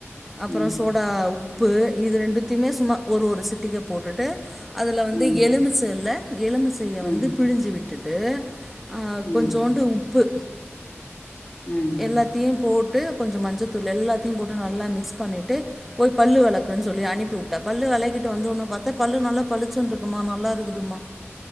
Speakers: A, in the centre; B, on the left (about 30°).
A: அப்புறம்
B: ம்
A: சோடா உ உப்பு இது ரெண்டுத்தயுமே சும்மா ஒரு ஒரு சிட்டிக போட்டுட்டு அதுல வந்து
B: ம்
A: எலுமிச்ச இல்ல எலுமிச்சைய
B: ம்
A: வந்து பிழிஞ்சு விட் விட்டுட்டு அஹ்
B: ம்
A: கொஞ்சோண்டு உப்பு
B: ம்
A: எல்லாத்தையும் போட் டு கொஞ்சம் மஞ்சத்தூள் எல்லாத்தையும் போட்டு நல்லா மிக்ஸ் பண்ணிட்டு போய் பல்லு வெளக்குன்னு சொல்லி அனுப்பி உட்டேன் பல்லு வெளக்கிட்டு வந்த ஒன்னே பாத்தன் பல்லு நல்லா பளிச்சுனு இருக்குமா நல்லா இருக்குதுமா